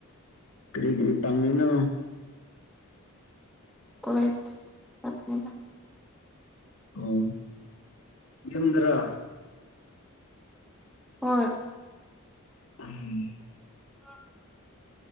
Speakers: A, on the left; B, in the centre.
A: ꯀꯔꯤ ꯀꯔꯤ ꯇꯝꯝꯕꯕꯤꯅ
B: ꯀꯣꯂꯦꯠꯁ ꯆꯠꯄꯅꯤꯗ
A: ꯑꯣ ꯌꯨꯝꯗꯔꯣ
B: ꯍꯣꯏ
A: ꯎꯝ
B: <unintelligible>